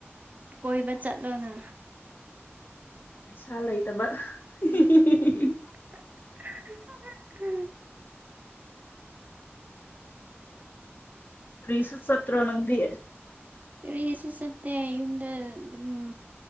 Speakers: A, on the right; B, on the left.
A: ꯀꯣꯏꯕ ꯆꯠꯂꯣꯅ꯫
B: ꯄꯩꯁꯥ ꯂꯩꯇꯕ <unintelligible>
A: <unintelligible>
B: ꯀ꯭ꯔꯤꯁꯨ ꯆꯠꯇ꯭ꯔꯣ ꯅꯪꯗꯤ?
A: ꯀꯔꯤꯁꯨ ꯆꯠꯇꯦ ꯌꯨꯝꯗ ꯑꯗꯨꯝ